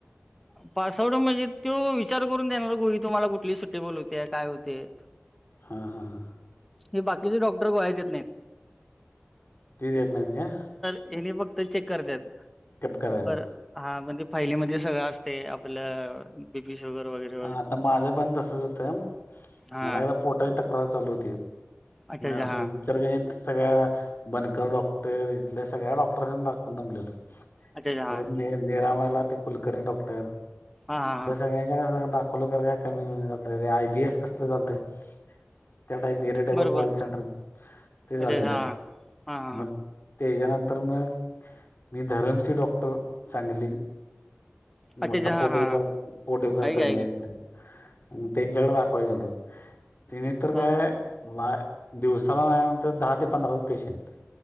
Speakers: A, in the centre; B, on the left.
A: ह <unintelligible> पांसवडं म्हणजे तो विचारं करूंन देणारं गोळी तुम्हांला कुंठली सुट्टीबल होते कायं होतें
B: हां हां हां
A: हे बाकीचे डॉक्टर गोळ्यां देतंनाहींत
B: ते नाहींत कां
A: हेने फक्तं चेक करत्यांत
B: करायचं
A: पर हां म्हणजे फाहिलीमध्यें सगळं असतें आपलं मिशोवंर वगैरें
B: हां आता माझं पणं तसंच होतं
A: हा
B: मलां ही एकदां पोटाची तक्रार चालूं होती
A: अच्छा अच्छा
B: असं
A: हा
B: सगळ्यां बनकर डॉक्टर इथल्यां सगळ्यां डॉक्टर दाखवूंन दमलेलो
A: अच्छा अच्छा हा
B: परंत निरामलां ते कुलकर्णी डॉक्टर
A: हां हां हां
B: एखाद्याला दाखवलं तरं कायं कमी आय बीएस कसलं चालतंय त्यां टाईप व्हेरिटेबल
A: बरोबर
B: वर्ल्ड सेंटर ते झालेलं
A: अच्छा अच्छा हा
B: आहे
A: हा हा हा
B: मंग त्यांच्यानंतर मंग मी धरमसी डॉक्टर सांगली
A: अच्छा
B: मोठां
A: अच्छा हा
B: पोटविकार
A: हा
B: पोटविकार
A: ऐक
B: तंज्ञ
A: ऐक
B: त्यांच्याकडे दाखवायच होत त्यांनी तर
A: हा
B: काय
A: हा
B: ला दिवसाला नाही म्हणत दहा ते पंधराच पेशंट